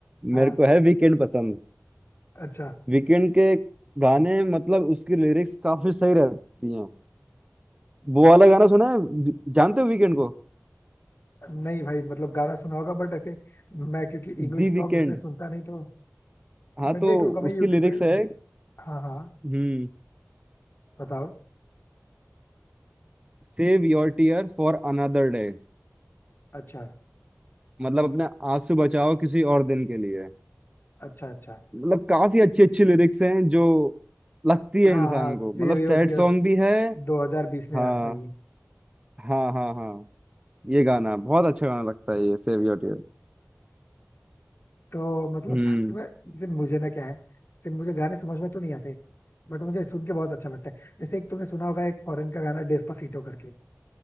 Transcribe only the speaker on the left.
हाँ
अच्छा
नहीं भाई मतलब गाना सुना होगा बट ऐसे मैं क्योंकि इंग्लिश
सॉन्ग
उसने सुनता नहीं तो
मैं
देख लूंगा मैं
यूट्यूब
पे
हाँ हाँ
बताओ
अच्छा
अच्छा अच्छा
हाँ
हाँ सेव
योर टीयर्स
2020 में
आया था ये
तो मतलब
तुम्हें जैसे मुझे ना क्या है जैसे मुझे गाने समझ में तो नहीं आते बट मुझे सुन के बहुत अच्छा लगता है जैसे एक तुमने सुना होगा एक फॉरेन का गाना डेस्पासीटो करके